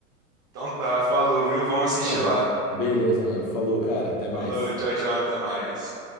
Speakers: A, on the right; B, on the left.
A: Então tá, falou, viu? Vamos assistir
B: Mano,
A: lá.
B: beleza, mano. Falou, cara. Até mais.
A: Falou, tchau, tchau, até mais.